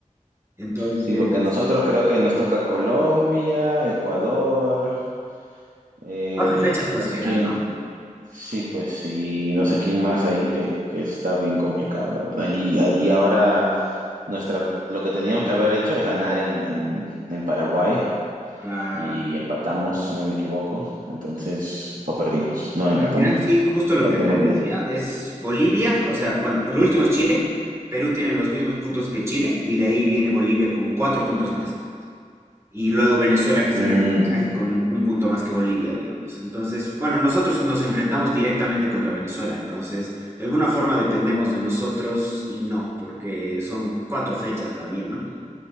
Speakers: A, on the right (about 20°); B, on the right (about 80°).
A: Entonces,
B: Sí, porque nosotros creo que nos toca Colombia, Ecuador, eh,
A: cuatro fechas pues
B: y no sé
A: quedan,
B: quién.
A: ¿no?
B: Sí, pues sí, no sé quién más ahí que, que está bien complicado, la verdad. Y, y ahora nuestra, lo que teníamos que haber hecho es ganar en, en, en Paraguay.
A: Claro.
B: y empatamos, si no me equivoco. Entonces, o perdimos. No, empatamos.
A: Claro, mira, sí, justo
B: Ya,
A: lo que
B: ya
A: te
B: me olvidé.
A: decía es Bolivia, o sea, bueno, el último es Chile, Perú tiene los mismos puntos que Chile, y de ahí viene Bolivia con cuatro puntos más. Y luego Venezuela que está
B: Mm,
A: en el repechaje con un punto más que Bolivia, digamos. Entonces, bueno, nosotros nos enfrentamos directamente contra Venezuela, entonces de alguna forma dependemos de nosotros y no, porque son cuatro fechas también, ¿no?